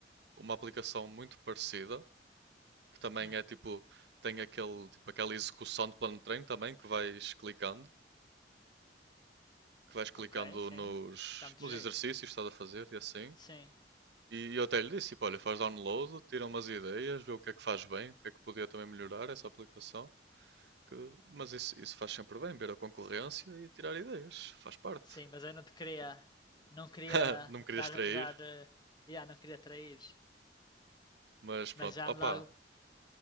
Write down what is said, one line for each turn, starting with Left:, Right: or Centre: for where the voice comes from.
Right: uma aplicação muito parecida, que também
Left: Hum,
Right: é tipo, tem aquele, tipo, aquela execução de plano de treino também, que vais clicando, que vais clicando
Left: ok, sim.
Right: nos,
Left: Dá muito
Right: nos
Left: jeito.
Right: exercícios que estás a fazer e assim.
Left: Sim,
Right: E eu até lhe disse, tipo, olha, faz download, tira umas ideias, vê o que é que faz bem, o que é que podia também melhorar essa aplicação. que- Mas isso, isso faz sempre bem, ver a concorrência e tirar ideias, faz parte.
Left: sim, mas eu não te queria, não queria
Right: <laughs> Não me queria
Left: dar,
Right: extrair,
Left: dar, eh, já não queria trair.
Right: mas pronto.
Left: Mas já
Right: Opa,
Left: ando há